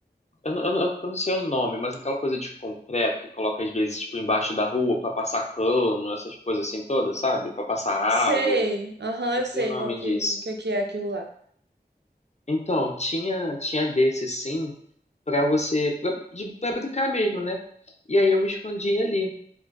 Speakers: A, on the left; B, on the right.
A: Eu, não- eu, não- eu não sei o nome, mas aquela coisa de concreto que coloca às vezes tipo embaixo da rua pra passar cano, essas coisas assim todas, sabe? Pra passar água.
B: Sei, aham,
A: Esqueci
B: eu sei
A: o nome
B: qual que,
A: disso.
B: o que que é aquilo lá.
A: Então, tinha tinha desse sim pra você pra, de- pra brincar mesmo, né? E aí eu me escondi ali.